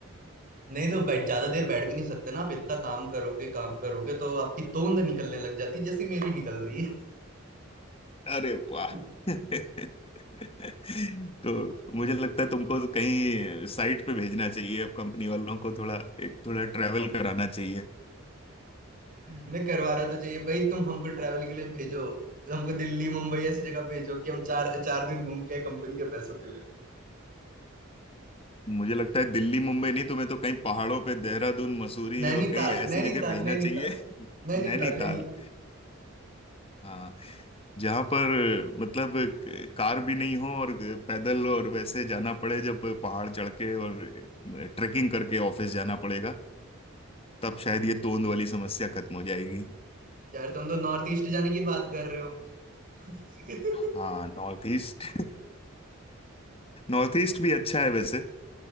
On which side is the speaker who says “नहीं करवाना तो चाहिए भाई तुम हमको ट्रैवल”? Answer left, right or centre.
Right